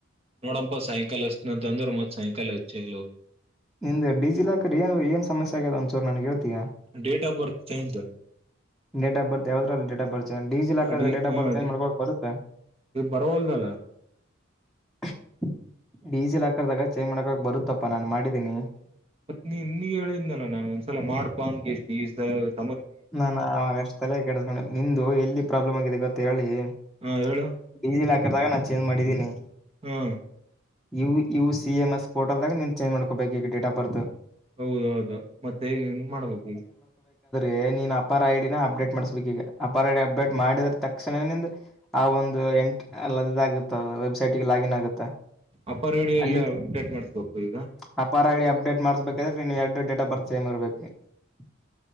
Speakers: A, on the right; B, in the centre.
A: ನೋಡಪ ಸೈಕಲ್ ಎಸ್ನಂತ ಅಂದ್ರರು ಮತ್ತೆ ಸೈಕಲ್ ಹೆಚ್ಚಲ್ಲ
B: ನಿಂದ ಡಿಜಿ ಲಾಕರ್ ಏನು ಏನ್ ಸಮಸ್ಯೆ ಆಗ್ಯದ ಒಂದ್ಸರು ನನ್ ಹೇಳ್ತೀಾ
A: date of birth change <unintelligible>
B: date of birth ಹೇಳಿದರ ಡೇಟ್ ಆಫ್ ಬರ್ತ್? <unintelligible> ಜನ ಡಿಜಿಲ ಹಾಕಿದರ
A: ಅಡಿ
B: ಡೇಟಾ
A: ಹ
B: ಬರ್ತ್ ಚೇಂಜ್
A: ಅಡಿ
B: ಮಾಡ್ಕು ಬರುತ್ತ?
A: ಬರವಲ್ದಲ್ಲ
B: <unintelligible> ಡಜಿಲಾಕರ್ದಾಗ ಚೇಂಜ್ ಮಾಡಕಕ ಬರುತ್ತಪ್ಪಾ ನಾನ ಮಾಡಿದ್ದೀನಿ. <unintelligible>
A: ಮತ್ತ ನೀ ನಿ ಹೇಳಿದ್ನಲ್ಲ ನಾನ್ ಒಂದ್ಸಲ ಮಾಡ್ಪಾ ಅಂದ ಎಷ್ಟ ದೀಸ <unintelligible>
B: ನಾನ ಅವಾಗಷ್ಟ ತಲೆ ಕೆಡಸಕೊಂಡಿಲ್ಲಾ ನಿಂದು ಎಲ್ಲಿ ಪ್ರಾಬ್ಲಮ್ ಆಗಿದೆ ಗೊತ್ತ ಹೇಳಲ್ಲಿ,
A: ಹಾ
B: <unintelligible>
A: ಹೇಳು
B: ಡೀಸಿಲ್ ಹಾಕದಾಗ ನಾನ್ ಚೇಂಜ್ ಮಾಡಿದ್ದೀನಿ. <unintelligible>
A: ಹ <unintelligible>
B: ನೀವು ಕೀವ್ ಸಿ ಎಂ ಎಸ್ ಪೋಟಲ್ದಾಗ ನಿನ್ ಚೇಂಜ ಮಾಡ್ಕೊಬೇಕು ಈಗ ಡೇಟ್ ಆಫ್ ಬರ್ತ್. <unintelligible>
A: ಹೌದ ಹೌದ ಮತ್ತೆ ಹೆಂಗ್ ಮಾಡ್ಬೇಕ ಈಗ್ <unintelligible>
B: ಏ ನೀನ್ ಅಪಾರ್ ಐಡಿನ ಅಪ್ಡೇಟ್ ಮಾಡಸ್ಬೇಕು ಈಗ ಅಪಾರ ಐಡಿ ಅಪ್ಡೇಟ್ ಮಾಡಿದ್ರ ತಕ್ಷಣ ನಿಂದ ಆ ಒಂದ್ <unintelligible> ಇವಾಗ ಎಂಟ ಅಲ್ಲ ಇದ ಆಗತ್ತ ವೆಬ್ಸೈಟ್ಗೆ ಲಾಗಿನ್ ಆಗುತ್ತೆ.
A: ಅಪ್ಪ ರೇಡಿಯೋ
B: ಅಲ್ಲಿ
A: ಇಲ್ಲ
B: <unintelligible>
A: ಅಪ್ಡೇಟ್ ಮಾಡ್ಸ್ಬೇಕು ಈಗ
B: ಅಪಾರ ಐಡಿ ಅಪ್ಡೇಟ್ ಮಾಡ್ಸ್ಬೇಕಾದ್ರೆ ನೀನು ಎರಡು ಡೇಟ್ ಆಫ್ ಬರ್ತ್ ಸೇಮ್ ಇರ್ಬೇಕು. <unintelligible>